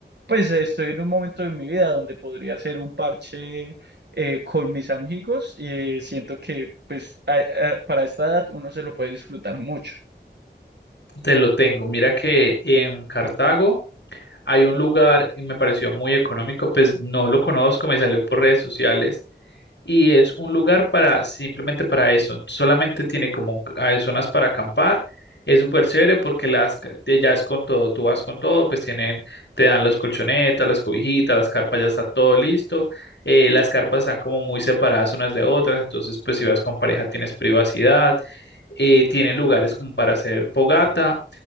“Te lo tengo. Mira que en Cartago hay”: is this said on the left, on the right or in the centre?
Left